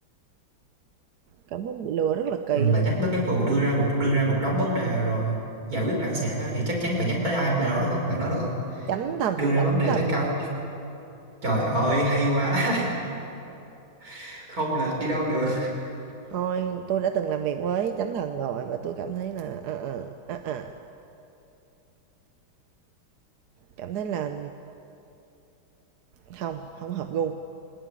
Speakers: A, on the right; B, on the right.
A: Cảm thấy bị lừa rất là kỳ
B: mà
A: luôn.
B: nhắc tới cái vụ đưa ra một đưa ra một đống vấn đề rồi giải quyết lãng xẹt á, thì chắc chắn phải nhắc tới ai bạn nói được không bạn nói được không
A: Chánh thần,
B: đưa ra
A: chánh
B: vấn đề
A: thần.
B: tới cao trời ơi hay quá <laughs> không lệch đi đâu được
A: Thôi, tôi đã từng làm việc với chánh thần rồi và tôi cảm thấy là ờ ờ ờ, ờ. cảm thấy là không, không hợp gu.